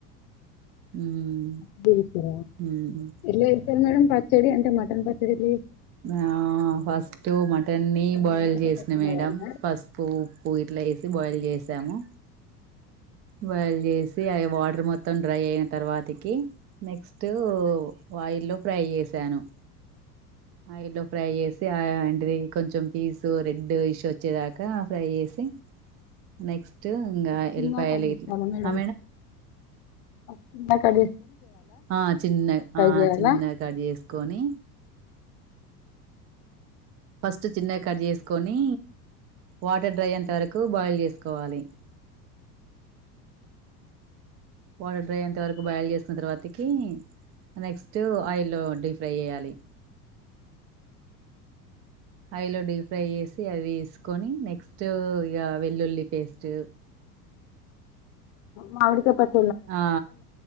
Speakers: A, on the right; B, on the left.
A: మ్మ్
B: ఎట్ల చేస్తారు
A: మ్మ్
B: మేడం పచ్చడి అంటే మటన్ పచ్చడిలీ
A: ఆ ఫస్ట్ మటన్ని బాయిల్
B: నాటుకాయ
A: చేసిన
B: పచ్చడి
A: మేడం
B: లాగానా
A: పస్ ఉప్పు ఇట్లా వేసి బాయిల్ చేసాము బయల్ చేసి అవి వాటర్ మొత్త మొత్తం డ్రై అయిన తర్వాతకి నెక్స్ట్ ఆయిల్లో ఫ్రై చేసాను అయిలో ఫ్రై చేసి ఆ ఇంటిది కొంచెం పీసు రెడ్ ఇస్ వచ్చేదాకా ఫ్రై చేసి నెక్స్ట్ ఇంకా
B: చిన్నగా
A: ఎల్లిపాయలు
B: కట్ చేసుకోవాలా
A: ఇట్లా
B: మేడం
A: ఆ
B: చిన్న కడ
A: ఆ చిన్న ఆ
B: చేయాలా
A: చిన్నగా కట్ చేసుకొని ఫస్ట్ చిన్నగా కట్ చేసుకొని వాటర్ డ్రై అయ్యేంత వరకు బాయిల్ చేసుకోవాలి పౌడర్ డ్రై అంతవరకు బాయిల్ చేసిన తర్వాతకి నెక్స్ట్ ఆయిల్లో డీప్ ఫ్రై చేయాలి ఆయిల్ లో డీప్ ఫ్రై చేసి అది వేసుకొని నెక్స్ట్ ఇక వెల్లుల్లి పేస్ట్
B: మామిడికాయ పచ్చ
A: ఆ